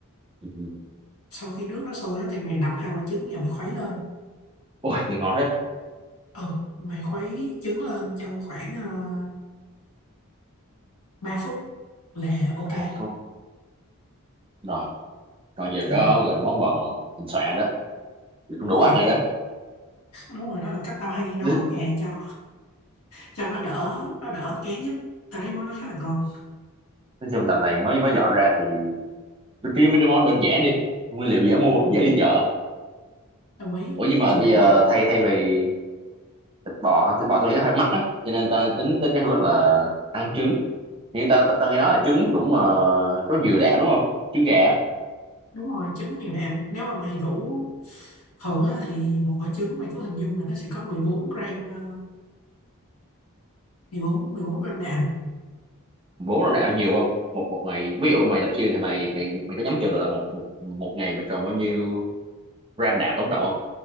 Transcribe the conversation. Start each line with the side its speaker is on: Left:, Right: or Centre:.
Right: Ừ.
Left: Sau khi nước nó sôi á thì mày đập hai quả trứng vào mày khuấy lên
Right: Ôi, nghe ngon thế.
Left: Ừ, mày khuấy trứng lên trong khoảng uh, 3 phút là ok
Right: Ba phút. Rồi, còn giờ
Left: là
Right: có gọi là món bò thịnh soạn rồi đó. Giờ cũng
Left: đúng
Right: đủ
Left: rồi
Right: ăn rồi đó.
Left: đúng rồi đó là cách tao hay nấu
Right: <laughs>
Left: ức gà cho cho nó đỡ nó đỡ kén nhất tao thấy món nó khá là ngon
Right: nói chung tầm này mới mới dọn ra thì tôi kiếm mấy cái món đơn giản đi nguyên liệu dễ mua
Left: ừ,
Right: dễ đi chợ
Left: đồng ý
Right: ủa nhưng mà
Left: còn
Right: bây
Left: thịt
Right: giờ
Left: bò
Right: thay thay vì thịt bò hả thịt bò tôi nghĩ nó hơi mắc á cho nên tao tính tới cái hướng là ăn trứng thì tao tao ta nghe nói
Left: ừ.
Right: là trứng cũng ờ, có nhiều đạm đúng không trứng gà á,
Left: đúng rồi trứng nhiều đạm nếu mà mày đủ thường á, thì một quả trứng mày cứ hình dung là nó sẽ có mười bốn gram ờ, mười bốn mười bốn gram đạm
Right: bốn năm đạm là nhiều không một một ngày ví dụ mày tập gym thì mày mày mày có nhắm chừng được là một một một ngày mày cần bao nhiêu gram đạm tổng cộng không